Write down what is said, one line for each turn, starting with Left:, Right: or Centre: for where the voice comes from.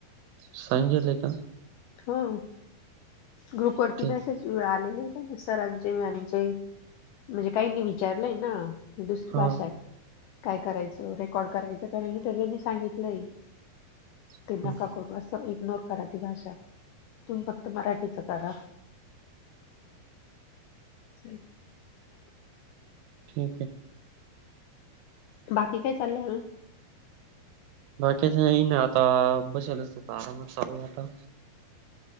Right: सांगितले का?
Left: हम, ग्रुप वरती
Right: ठीक
Left: मेसेज आलेले ना, सरांचे, मॅमचे, म्हणजे काहीनी विचारलंय ना दुसरी
Right: हा
Left: भाषा, काय करायचं रेकॉर्ड करायचं का नाही, त्यानी सांगितलंय
Right: हा
Left: ते नका करू, असं इग्नोर करा ती भाषा, तुम्ही फक्त मराठीच करा. <unintelligible> <inaudible>
Right: ठीक आहे.
Left: बाकी काय चाललंय?
Right: <unintelligible> आता बसेल अस आरामात चालू आता.